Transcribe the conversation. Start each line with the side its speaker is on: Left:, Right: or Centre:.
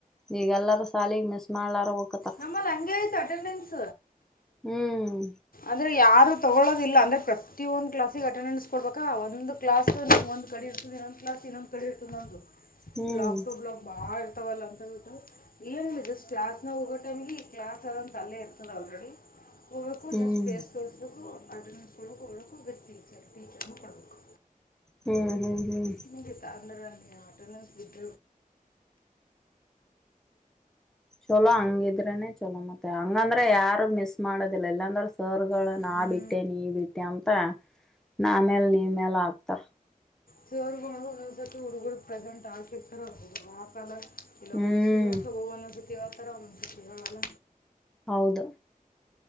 Centre: ಈಗ ಎಲ್ಲಾರ ಶಾಲಗ್ ಮಿಸ್ ಮಾಡ್ಲಾರ ಹೋಗಕತ್ತಾರ
Left: ನಮ್ಮಲ್ಲಿ ಹ ಆಯ್ತ ಅಟೆಂಡನ್ಸ್
Centre: ಹ್ಮ್
Left: ಅ್ರಯಾರ ತೊಗೊಳ್ಳೋದಿಲ್ಲ ಅಂದ್ರೆ ಪ್ರತೊಂದು ಕ್ಲಾಸಸ್ಗೆ ಅಟೆಂಡೆನ್ಸ್ ಕೊಡ್ಬೇಕ ಒಂದು ಕ್ಲಾಸ್ ಒ ಕಡೆ ಇರ್ತದೆ ಇನ್ನೊ ಕ್ಲಸ್ ಇನ್ನೊಂದ್ಡೆ ಇಷ್ಟತು ನಂದು
Centre: ಹ್ಮ್
Left: ಬ್ಲಾಗ್ ಟು ಬ್ಲಾಗ್ ಬಾಳ ಇರ್ತವಲ್ಲ ಅಂತೇಳ್ಬಿಟ್ಟು ಏನ್ದೆ ಜಸ್ಟ್ ಜಸ್ ನ ಹೋಗ ನಮ್ಗೆ ಕ್ಲಾಸ್ ಅರಂತ ಅಲ್ಲೇ ಇರ್ತದೆ ಆಲ್ರೆಡಿ ಹೋಗಕ್ಕೂ
Centre: ಹ್ಮ್
Left: ಜಸ್ಟ್ ಫೇಸ್ ಅದನ್ನು ಕೊಳಗೋ ಒಳಕೋ ಗತ್ತ ಟೀಚರ್ ಟೀಚರನ್ನು ಕೊಡಬೇಕು
Centre: ಹ್ಮ್ ಹ್ಮ್ ಹ್ಮ್
Left: ನಗ ತಂದ್ರ ಅ ಅಟೆೆನ್ಸ್ ಬಿದ್ದ
Centre: ಚಲೋ ಹಂಗಿದ್ರನೆ ಚಲೋ ಮತ್ತೆ ಹಂಗಂದ್ರೆ ಯಾರು ಮಿಸ್ ಮಾಡದ ಎಲ್ಲಾಂದ್ರ ಸರ್ಗಳು
Left: ಹ್ಞೂ
Centre: ನಾ ಬಿಟ್ಟೆ ನೀ ಬಿಟ್ಟೆ ಅಂತ ನಮೇಲ್ ನೀ ಮೇಲ್ ಆಗ್ತಾರ
Left: ಸರ್ ಹುಡುಗ ಪ್ರೆಸೆಂಟ್ ಆಗ್ತಿರ್ತರಬಹ ಮಹಾಕಾಲ ಇಲ್ಲ
Centre: ಹ್ಮ್
Left: ಒ ಸುಗಸ ಭನಸ ಆತರಾವಸಗಲ್ಲ
Centre: ಹೌದು